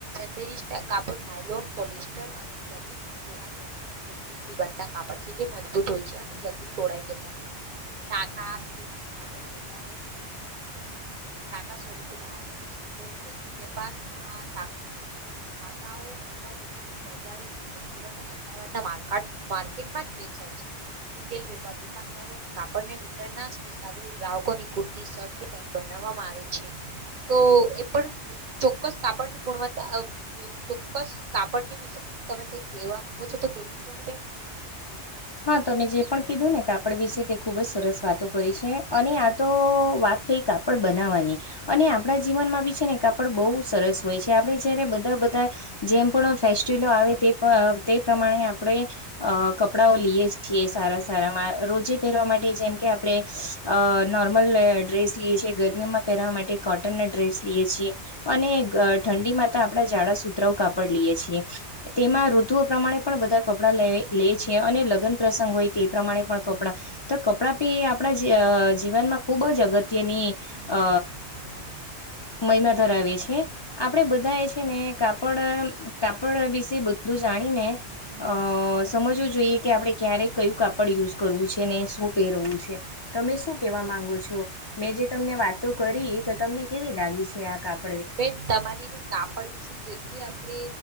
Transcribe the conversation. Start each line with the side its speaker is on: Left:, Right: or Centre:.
Right: સત્રીસ ટકા કાપડ નાયલોન પોલિસ્ટર અને <inaudible> જેવા કેમિકલ પ્રોસેસથી બનતા કાપડ છે જે મ ભુત હોય છે અને જલ્દી ચોડાઈ જતા નથી. ટાકા મિલો માંથી કાપડ મોટા રોલ એટલે ટાકા સ્વરૂપે બહાર આવે છે. હોલસેલ વેપારમાં <inaudible> મોટા જથ્થાબંધ બજારો જેમ કે સુરત અને અમદાવાદ માર્કેટમાં જ વેચાય છે રિટેલ વેપાર દુકાનદાર કાપડને વિતારના હિસાબે ગ્રાહકો ની કુર્તી શર્ટ કે પેન્ટ બનાવવામાં આવે છે તો એ પણ ચોક્કસ કાપડની ગુણવત્તા અ ચોક્કસ કાપડની વિષ તમે કઈ કવા માંગો છો તો કઈ મૂકો બેન
Left: હા તમે
Right: અને ઠંડીમાં
Left: જે પણ કીધું
Right: તો
Left: ને તે વિશે તે
Right: આપણે
Left: ખૂબ જ સરસ વાતો
Right: સારા
Left: કરી છે અને તો વાત થઈ કાપડ બનાવાની અને આપણા જીવનમાં બી છે ને કાપડ બહુ સરસ હોય છે આપણે જયારે બધા બધા જેમ પણ ફેસ્ટિવલો આવે તે તે પ્રમાણે આપણે કપડાઓ લઈએ છીએ સારા સારા રોજે પહેરવા માટે જેમ કે આપણે નોર્મલ ડ્રેસ લઈએ છીએ ગરમીમાં પહેરવા માટે કોટન ના ડ્રેસ લઈએ છીએ અને ઠંડી માં તો આપણે જાડા સૂતરાઓ
Right: સુતરાઉ
Left: કાપડી લઈએ
Right: કાપડ
Left: છીએ
Right: લઈએ છીએ
Left: તેમાં ઋતુઓ
Right: તેમાં
Left: પ્રમાણે
Right: ઋતુ
Left: પણ બધા
Right: પ્રમાણે
Left: કપડા
Right: પણ બધા
Left: લે
Right: કપડાં
Left: લે
Right: લેવી
Left: છે અને
Right: લે
Left: લગ્ન
Right: છે
Left: પ્રસંગ
Right: અને લગ્ન
Left: હોય તે
Right: પ્રસંગ
Left: પ્રમાણે
Right: હોય
Left: પણ
Right: તે
Left: કપડાં
Right: પ્રમાણે પણ
Left: તો કપડાં પી
Right: તો
Left: એ
Right: કપડાં
Left: આપણા
Right: બી આપણા
Left: જ અ ખૂબ
Right: જીવનમાં
Left: જ અગત્યની
Right: ખૂબ જ અગત્યની
Left: અ
Right: અ,
Left: મહિમા ધરાવે
Right: મહિના
Left: છે
Right: ધરાવીએ છીએ
Left: આપડે બધા એ
Right: આપણે
Left: છે
Right: બધાએ
Left: ને કાપડ કાપડ વિશે બધું
Right: છે
Left: જાણીને
Right: ને કાપડના કાપડના વિશે બધું જાણીને
Left: અ
Right: સમજવું
Left: સમજવું જોઈએ કે આપણે ક્યારે
Right: આપણે
Left: કયું
Right: ક્યારે
Left: કાપડ યુઝ કરવું છે
Right: યુઝ
Left: ને શું પહેરવું
Right: પહેરવાનું
Left: છે તમે શું કેવા
Right: કહેવા
Left: માંગો છો
Right: છો
Left: મેં જે તમને
Right: મેં
Left: વાતો
Right: જે
Left: કરી
Right: વાત એ બધા
Left: તો તમને કેવી લાગી છે આ કાપડા
Right: બેન તમારીને કાપડ વિશે જેટલી આપણે